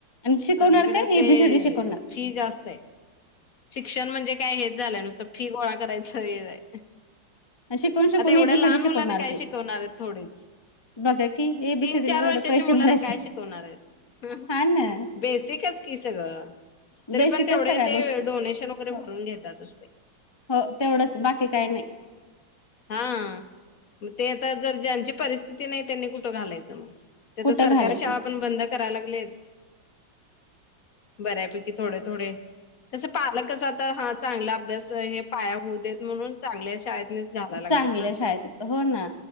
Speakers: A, on the left; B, on the left.
A: आणि शिकवणार
B: सगळीकडेच
A: काय
B: ते
A: ए बी सी डी शिकवणार.
B: फी जास्त आहे. शिक्षण म्हणजे काय हेच झालं नुसतं, फी गोळा करायच हे आहे.
A: शिकून शिकून
B: आता एवढ्या
A: एबीसीडी
B: लहान
A: शिकवणार
B: मुलांना काय
A: ते.
B: शिकवणार आहेत थोडीच.
A: बघा की एबीसीडीला
B: तीन चार
A: एवढे
B: वर्षाच्या
A: पैसे
B: मुलांना
A: भरायचे
B: काय शिकवणार आहेत?
A: हा ना
B: बेसिकच की सगळं, तरी
A: बेसिकच
B: पण तेवढे
A: सगळ्या
B: ते
A: गोष्टी.
B: डोनेशन वगैरे
A: हो
B: भरून घेतातच.
A: हो तेवढंच बाकी काही नाही.
B: हा मग ते आता जर ज्यांची परिस्थिती नाही त्यांनी कुठं घालायचं? मग. त्या
A: कुठं
B: तर सरकारी
A: घालायचं
B: शाळा पण बंद कराय लागलेत. बऱ्यापैकी थोडे थोडे. कसं पालकच आता हा चांगला अभ्यास हे पाया होऊ देत म्हणून चांगल्या शाळेत घाला लागलेत
A: चांगल्या
B: ना
A: शाळेत हो ना.